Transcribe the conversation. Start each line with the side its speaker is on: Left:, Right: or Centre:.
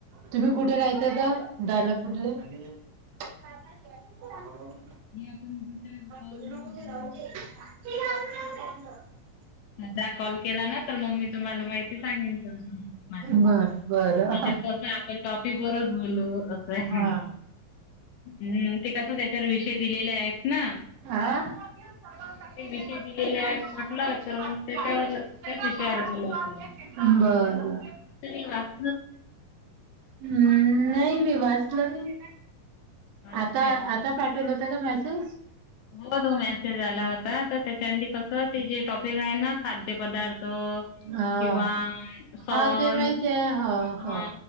Right: तुम्ही कुठे रायते आता दालापूरले. <unintelligible>
Left: <unintelligible>
Right: <unintelligible>
Left: बोलू ना साधा कॉल केला ना तर मग मी तुम्हाला माहिती सांगेन माझी.
Right: बरं बरं
Left: त्याच्यात कस आहे आपण टॉपिक वरच हलो असं आहे
Right: हा.
Left: ह् ते कस त्याच्यावर विषय दिलेले आहेत
Right: हा.
Left: ना ते विषय
Right: <unintelligible>
Left: दिलेले आहेत म्हटलं तर मग त्याच्यावर त्याच
Right: बरं.
Left: विषयावर बोलू आपण तुम्ही वाच
Right: हम्म नाही मी वाचलं नाही.
Left: हो
Right: आता
Left: काय
Right: आता पाठवलं होत का मेसेज.
Left: हो तो मेसेज आला होता तर त्याच्या मधी कस ते जे टॉपिक आहे ना खाद्य पदार्थ र्थ
Right: हा.
Left: किंवा सण
Right: हो ते माहिती आहे हो हो
Left: ह